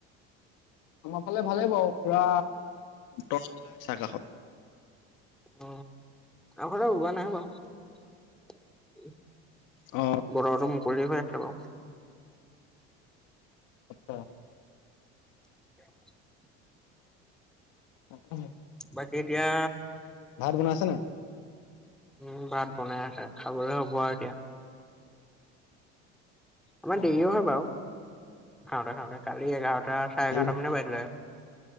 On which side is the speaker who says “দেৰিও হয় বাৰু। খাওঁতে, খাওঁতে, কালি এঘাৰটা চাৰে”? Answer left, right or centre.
Centre